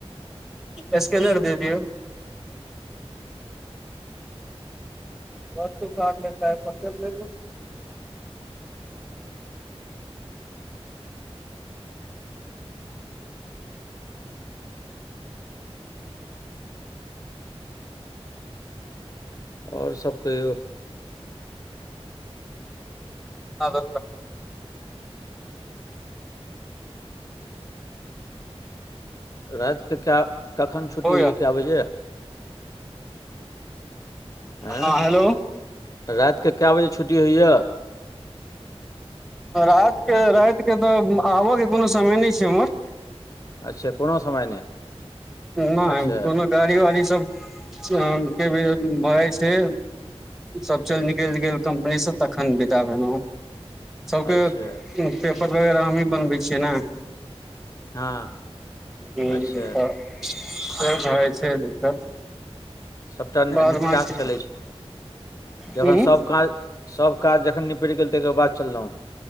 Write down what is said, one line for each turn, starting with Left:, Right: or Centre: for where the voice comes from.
Centre: इसकेनर दे दियौ बस क साड लेताै सब ले ल
Left: आओर सब कहियौ
Centre: ह द
Left: रातिके की, कखन छूटलै?
Centre: गया
Left: कए बजे? आ
Centre: हँ हेलो
Left: राइत के कए बजे छुट्टी होइए?
Centre: रातिके रातिके तऽ आबयके कोनो समय नहि छै हमर
Left: अच्छा कोनो समय नहि
Centre: नै
Left: अच्छा
Centre: कोनो गाड़ी वाड़ी सब के भी भएइ जै छै। सब चलि निकलि गेल कम्पनी सऽ तखन विदा भेलहुँ। सबके
Left: अच्छा
Centre: पेपर वगैरह हमही बनबै छियै ने। हूं
Left: हँ
Centre: तऽ
Left: अच्छा
Centre: से भ‌ऽ जै छै दिक्कत।
Left: सबटा ने
Centre: बाद
Left: निपटा
Centre: बाकी
Left: कऽ चलै छी। जखन
Centre: हूँ
Left: सभ काज सभ काज जखन निपटि गेल तकर बाद चललहुँ।